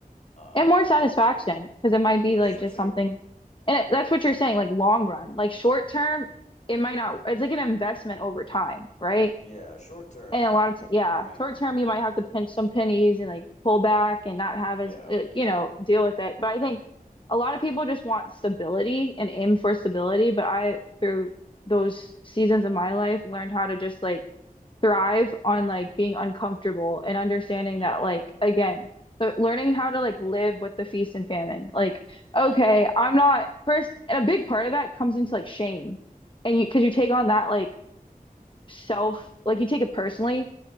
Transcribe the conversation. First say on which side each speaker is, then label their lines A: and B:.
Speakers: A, on the left; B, on the left.
A: Uh,
B: And more satisfaction because it might be
A: that's
B: like
A: true
B: just
A: too.
B: something, and it, that's what you're saying, like long run, like short term, it might not, it's like an investment over time, right?
A: Yeah, short term,
B: And a lot of, t yeah,
A: I mean,
B: short term, you might have to pinch some pennies and like pull back and not have
A: yeah,
B: as, like, you know, deal with it. But I think a lot of people just want stability and aim for stability. But I, through those seasons of my life, learned how to just like, thrive on like being uncomfortable and understanding
A: yeah,
B: that like again the learning how to like live with the feast and famine like okay
A: yeah,
B: I'm not first and a big part of that comes into like shame and you because you take on that like self like you take it personally